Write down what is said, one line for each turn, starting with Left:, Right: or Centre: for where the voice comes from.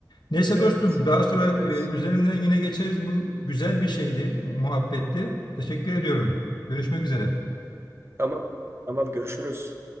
Left: Neyse
Right: Evet.
Left: dostum, daha sonra
Right: Evet.
Left: e, üzerinden yine geçeriz. Bu güzel bir şeydi, muhabbetti. Teşekkür ediyorum. Görüşmek üzere.
Right: Tamam. Tamam görüşürüz.